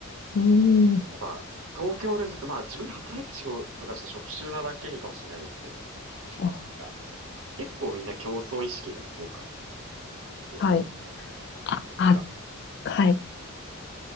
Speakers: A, on the left; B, on the right.
A: うーん。
B: やっぱ、東京ですと、まあ自分が働いて仕事がちょっと職種なだけにかもしれないですけど、
A: あ、
B: なんか、結構みんな競争意識が強かったというか、東京で働いて。
A: はい。あ、あ、
B: なんか、
A: はい。